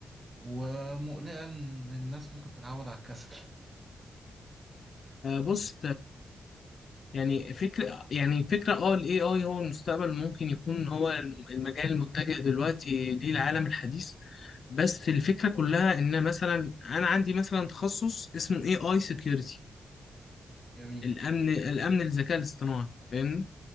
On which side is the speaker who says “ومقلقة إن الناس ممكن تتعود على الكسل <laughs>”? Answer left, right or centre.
Right